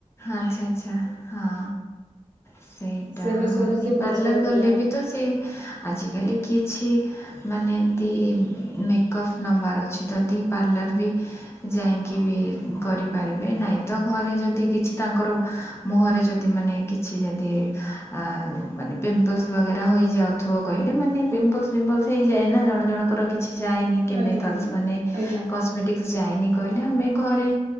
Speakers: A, on the left; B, on the right.
A: ଆଛା ଆଛା ହଁ। ସେଇଟା
B: ସେ ବିଷୟରେ
A: ହଁନି
B: ସେ ପଚାରୁଥିଲା
A: ପାର୍ଲର୍ ଗଲେ ବି ତ ସେ, ଆଜିକାଲି କିଛି ମାନେ ଦି ମେକଅପ୍ ନେବାର ଅଛି। ଯଦିି ପାର୍ଲର୍ ବି ଯାଇଁକି ବି କରି ପାରିବେ ନାଇଁ ତ ଘରେ, ଯଦି କିଛି ତାଙ୍କର ମୁହଁରେ ଯଦି ମାନେ କିଛି ଯଦି ଆ ମାନେ ପିମ୍ପଲ୍ସ ବଗେରା ହୋଇଯାଉଥିବ କହିଲେ, ମାନେ ପିମ୍ପଲ୍ସ ପିମ୍ପଲ୍ସ ହେଇଯାଏ ନା, ଜଣ ଜଣଙ୍କର କି କିଛି ଯାଏନି। କେମିକାଲ୍ସ
B: ଆଜ୍ଞା ଆଜ୍ଞା।
A: ମାନେ
B: ଆଜ୍ଞା
A: କସ୍ମେଟିକ୍ସ ଯାଏନି, କହିଲେ ଆମେ ଘରେ